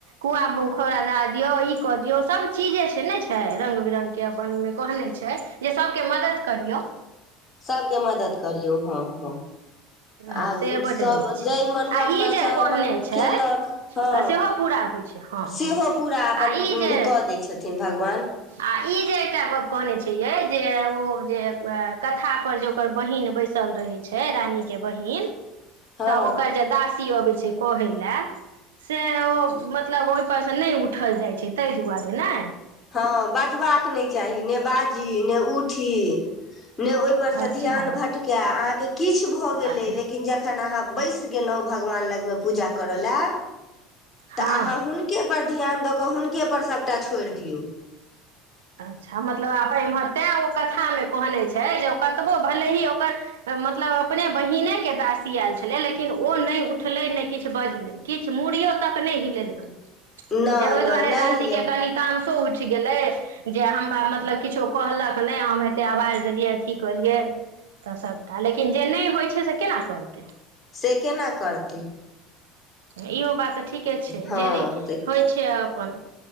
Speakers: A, on the right (about 70°); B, on the left (about 25°).
A: कुआ उखौड़ा दए दियौ ई कऽ दियौ सभचीज जे छै ने छै रङ्ग बिरङ्गके अपन ओहिमे कहने छै जे सभके मदद करियौ
B: सभके मदद करलियौ हँ हँ
A: हँ
B: आ
A: से बड्ड
B: सभ
A: नीक छै
B: जाहि मनोकामना
A: आ ई जे
B: सभ
A: कहने
B: अपन
A: छै
B: केलक हँ
A: सेहो पूरा होइ छै हँ
B: सेहो
A: हँ
B: पूरा अपन
A: आ ई जे
B: कऽ दै छथिन भगवान
A: आ ई जे एकटा गप्प कहने छियै जे ओ जे कथापर जे ओकर बहिीन बैसल रहै छै रानीके बहीन
B: हँ
A: तऽ ओकर जे दासी अबै छै कहै ल से ओ मतलब ओहिप से नहि उठल जाइ छै ताहि दुआरे ने
B: हँ बजबाक नहि चाही ने बाजी ने उठी ने ओहि पर से
A: अच्छा
B: ध्यान भटक अहाँ के किछु भए गेले
A: अच्छा
B: लेकिन जखन अहाँ बैस गेलहु भगवान लगमे पूजा करऽ लए
A: हँ
B: तऽ अहाँ हुनके पर ध्यान द कऽ हुनके पर सबटा छोड़ दे जऔ
A: अच्छा मतलब आ एम्हर तें ओ कथामे कहने छै जे ओ कतबो भले ही ओकर मतलब अपने बहिने के दासी आयल छलै लेकिन ओ नहि उठलै नहि किछु बजलै किछु मूड़ियो तक नहि हिलेलकै
B: नहि
A: जे ओहि
B: नहि
A: दुआरे
B: नहि
A: दासी
B: हेलै
A: के कन तानसो उठ गेलै जे हमरा मतलब किछो कहलक नहि हम एतेक आवाज देलियै अथी कलियै तऽ सभटा लेकिन जे नहि होइ छै से केना करतै
B: से केना करथि
A: इहो बात तऽ ठीके छै
B: हँ
A: जेी
B: तऽ
A: होइ छै अपन